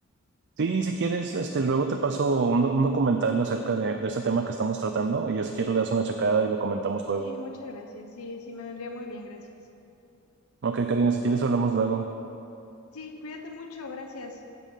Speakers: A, on the right; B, on the left.
A: Sí, si quieres, este, luego te paso un, un documental acerca de, de este tema que estamos tratando y ya si quieres le das una checada y lo comentamos
B: Sí,
A: luego.
B: muchas gracias. Sí, sí me vendría muy bien, gracias.
A: Ok, Karina, si quieres hablamos luego.
B: Sí, cuídate mucho, gracias.